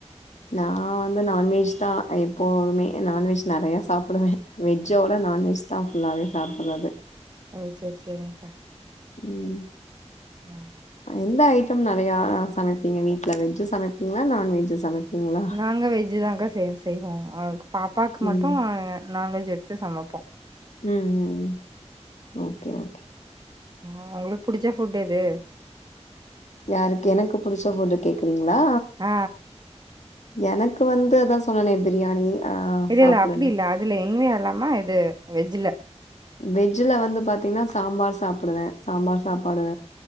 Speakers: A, on the left (about 80°); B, on the right (about 35°).
A: நா வ ந்து நான்வெஜ்தா எப்போதுமே நான்வெஜ் நறைய சாப்பிடுவே வெஜ்ஜ விட நான்வெஜ் தா ஃபுல்லாவே சாப்புட்றது
B: ஓ சேரி சேரிங்க்கா
A: ம்
B: ம்
A: எந்த ஐட்டம் நறைய சமைப்பீங்க வீட்ல வெஜ் சமைப்பீங்ளா நான்வெஜ் சமைப்பீங்ளா
B: நங்க வெஜ்தாங்க்கா செய் செய்வோ, அ பாப்பாவுக்கு மட்டு
A: ம்.
B: நான்வெஜ் எடுத்து சமைப்போ
A: ம், ம், ஓகே ஓகே
B: ஆ, உங்களுக்கு புடிச்ச ஃபுட் எது?
A: யாருக்கு எனக்கு புடிச்ச ஃபுட் கேக்குறீங்ளா
B: ஆ
A: எனக்கு வந்து அதா சொன்னனே பிரியாணி ஆ
B: இல்லல்ல
A: சாப்பிடுவேன்.
B: அப்படி இல்ல அதுல என் வி இல்லாம இது வெஜ்ஜீல
A: வெஜ்ல வந்து பாத்தீங்கன்னா சாம்பார் சாப்டுவே சாம்பார் சாப்பாடு